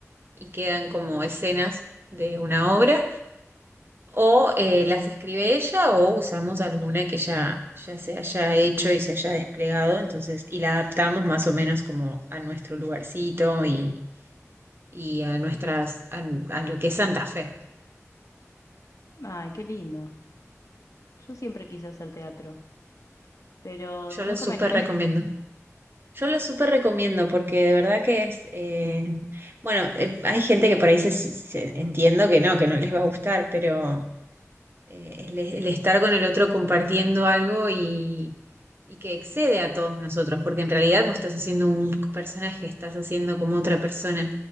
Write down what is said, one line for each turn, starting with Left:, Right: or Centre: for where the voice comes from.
Right: y quedan como escenas de una obra, o eh, las escribe ella o usamos alguna que ya, ya se haya hecho y se haya desplegado, entonces, y la adaptamos más o menos como a nuestro lugarcito y, y a nuestras, a, a lo que es Santa Fe.
Left: Ah, qué lindo. Yo siempre quise hacer teatro, pero
Right: Yo
Left: nunca
Right: lo súper
Left: me animé.
Right: recomiendo. Yo lo súper recomiendo porque de verdad que es, eh, bueno, eh, hay gente que por ahí se, se- entiendo que no, que no les va a gustar, pero eh, el, el estar con el otro compartiendo algo y, y que excede a todos nosotros, porque en realidad vos estás haciendo un personaje, estás haciendo como otra persona